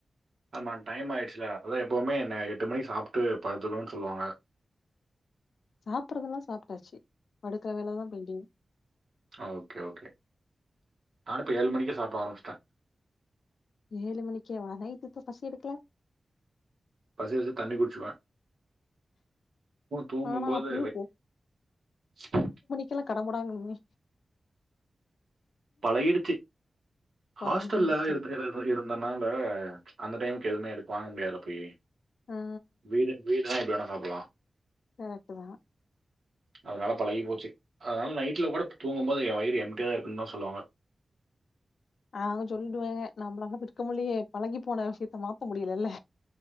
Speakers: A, on the right (about 65°); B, on the left (about 80°).
A: ஆமா டைம் ஆயிடுச்சுல அதா எப்போவுமே என்ன எட்டு மணிக்கு சாப்ட்டு படுத்துக்கணும்னு சொல்லுவாங்க <inaudible>
B: சாப்டுறதுெல்லா சாப்ட்டாச்சு படுக்குற வேலதா பெண்டிங்
A: ஆ ஓகே ஓகே நானு இப்ப ஏழு மணிக்கே சாப்ட ஆரம்பிச்சுட்டேன்
B: ஏழு மணிக்கே வா நைட்டுப்ப பசி எடுக்கல
A: பசி வச்சு தண்ணி குடிச்சுக்குவேன் ஓ தூங்கும்
B: ஆனா
A: போது
B: அப்பயு
A: <unintelligible>
B: கீழ கடமுடாங்கு மே
A: பழகிடுச்சு ஹாஸ்டல்ல
B: பழகிடுச்சா
A: இரு இருந்தனால அந்த டைமுக்கு எதுவுமே எதுக்கு வாங்க முடியாதுல போயி
B: ஆ
A: வீடு வீடு இதான் எப்படி வேணா சாப்புடலாம்
B: கரெக்ட்டு தான்
A: அதனால பழகி போச்சு அதனால நைட்டுல கூட தூங்கும் போது என் வயிறு எம்டியா இருக்கு இன்னு சொல்லுவாங்க
B: அவங்க சொல்டுவாங்க நம்மளால இருக்க முடிலயே பழகி போன விஷயத்த மாத்த முடியலல்ல